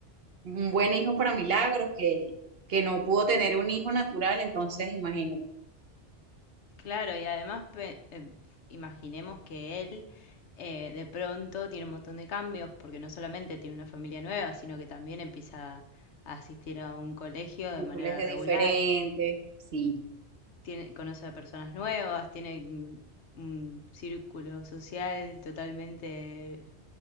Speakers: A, on the right; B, on the left.
A: un buen hijo para Milagros, que, que no pudo tener un hijo natural, entonces imagínate,
B: Claro, y además pe- eh, imaginemos que él eh, de pronto tiene un montón de cambios, porque no solamente tiene una familia nueva, sino que también empieza a asistir a un colegio de
A: un
B: manera
A: colegio
B: regular,
A: diferente, sí.
B: tiene, conoce a personas nuevas, tiene un un círculo social totalmente